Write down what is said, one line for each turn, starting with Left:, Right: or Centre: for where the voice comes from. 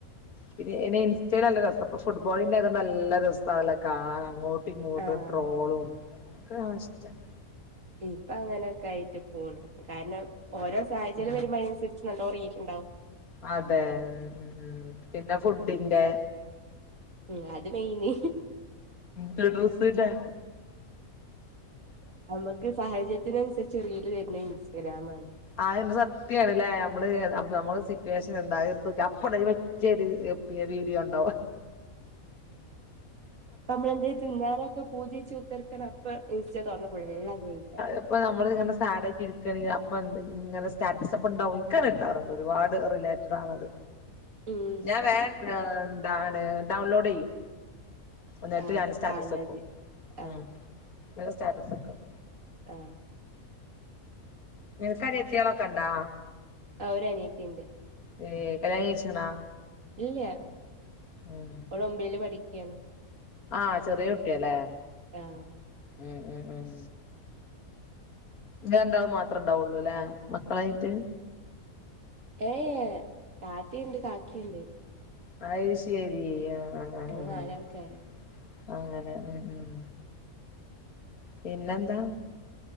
Left: പിന്നെ ഇന ഇൻസ്റ്റെൽ നല്ല രസ അ പ്പൊ ഫുട്ബോളിന്റെ ഒക്കെ നല്ല രസാലെ കാണാൻ അങ്ങോട്ട് ഇങ്ങോട്ടും
Right: ആഹ്
Left: ട്രോളും ഇക്കതൊക്കെ ഇഷ്ടാണ്
Right: ഇപ്പൊ അങ്ങനെയൊക്കയിട്ട് പോണ് ണ്ട് കാരണം ഓരോ സാഹചര്യം
Left: ഉം
Right: വരുമ്പോ അതിനന്സര്ച്ച് നല്ലോ റീച്ച്ണ്ടാവും
Left: അതെ ഉം ഉം പിന്നെ ഫുഡിന്റെ
Right: ഉം അത് മെയിന്
Left: ഡ്രെസ്സിന്റെ
Right: നമ്മക്ക് സാഹചര്യത്തിനനുസരിച്ച് റീല് വരുന്നത് ഇൻസ്റ്റഗ്രാമാണ്
Left: ആന്നെ സത്യണ്ല്ലേ നമ്മള് നമ്മള് സിറ്റുവേഷൻ എന്ത അത് ഇട്ത്തൊക്കിയ അപ്പന്നെ ജോരു പിയെ ഒരു വീഡിയോ ണ്ടോ
Right: നമ്മളെന്തെ തിന്നാനൊക്കെ പൂതിവച്ച് കുത്തർക്കാണേ അപ്പൊ ഇൻസ്റ്റ തുറന്ന ഫുള്ള് അതെയ്രിക്കും
Left: ഇപ്പ നമ്മള് ഇങ്ങനെ സാഡ് ആയിട്ട് ഇരിക്ക എടീ അപ്പണ്ട് ഈ ഇങ്ങനെ സ്റ്റാറ്റസ്ക്കെ ണ്ടാവും ഇക്ക്‌ണ്ടാവാറുണ്ട് ഒരുപാട് റിലേറ്റഡ് ആണത്
Right: ഉം
Left: ഞാൻ വേം ഏ ന്താണ് ഡൗൺലോഡ് ചെയ്യും എന്നിട്ട്
Right: ആഹ്
Left: ഞൻ സ്റ്റാറ്റസ്
Right: കാൺണത്
Left: വക്കും
Right: ആഹ്
Left: ഉം സ്റ്റാറ്റസ് വക്കും
Right: ആ
Left: ങ്ങക്ക് അനിയത്തിയാളൊക്കണ്ടോ
Right: ആ ഒരനിയത്തിയുണ്ട്
Left: ഏ... കല്യാണം കഴിച്ചണാ?
Right: ഇല്ല്യാ
Left: ഉം
Right: അവള് ഒൻപീല് പഠിക്കയാണ്
Left: ആഹ് ചെറിയ കുട്ടിയല്ലേ
Right: യഹ്
Left: ഉം ഉം ഉം... ങ്ങള് രണ്ടാളും മാത്രം ഉണ്ടാവുള്ളു അല്ലേ മക്കളായിട്ട്?
Right: ഏഹ് താത്തിയുണ്ട് കാക്കീണ്ട്
Left: അയ് ശരി ആഹ് ആഹ്
Right: ങ്ങള്
Left: ആഹ് ആഹ്
Right: നാല് ആൾക്കാരാ
Left: അങ്ങനെ ഉം ഉം പിന്നെന്താ?